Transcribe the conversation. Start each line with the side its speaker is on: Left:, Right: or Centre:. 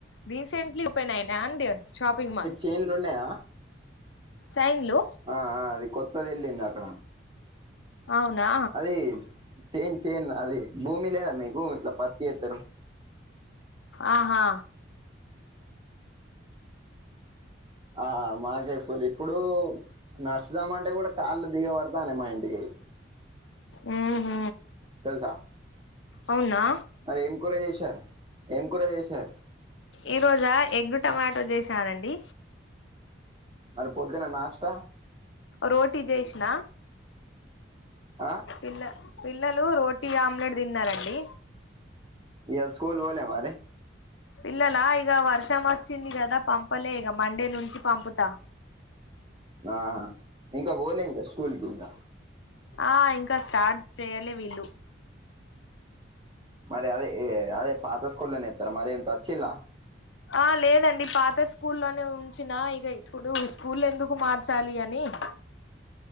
Left: రీసెంట్లీ ఓపెన్ అయినాయ అండి షాపింగ్ మాల్
Right: చేంజ్లున్నయ
Left: చైన్ లు
Right: ఆఆ అది కొత్తది ఏళ్లింది అక్కడ
Left: అవ్నా
Right: అది చేన్ చేన్ అది భూమి లేదా మీకు ఇట్లా పత్తి ఎత్తరు
Left: ఆహా
Right: ఆ మాకే ఫుల్ ఇప్పుడు నడ్స్దం అంటే కూడా కాళ్ళు దిగబాడ్తనై మా ఇంటికి
Left: మ్ హు
Right: తెల్సా
Left: అవ్నా
Right: మరి ఏం కూర చేషరు ఏం కూర చేషరు
Left: ఈ రోజా ఎగ్గు టమాటో చేసానండి
Right: మరి పొద్దున నాష్ట
Left: రోటీ జేష్ణ
Right: ఆ
Left: పిల్ల పిల్లలు రోటీ ఆమ్లెట్ తిన్నారండి
Right: ఇయాల స్కూల్ పోలే మరి
Left: పిల్లలా ఇగ వర్షం వచ్చింది కదా పంపలే ఇగ మండే నుంచి పంపుతా
Right: ఆహా ఇంకా పోలే ఇంకా స్కూల్ కి ఇంకా
Left: ఆ ఇంకా స్టార్ట్ చేయలే వీళ్ళు
Right: మరి అదే ఎ అదే పాత స్కూల్లోనే ఎత్తర మరి ఏంత వచ్చిల
Left: ఆ లేదండి పాత స్కూల్లోనే ఉంచిన ఇగ ఇప్పుడు స్కూల్ ఎందుకు మార్చాలి అని <unintelligible>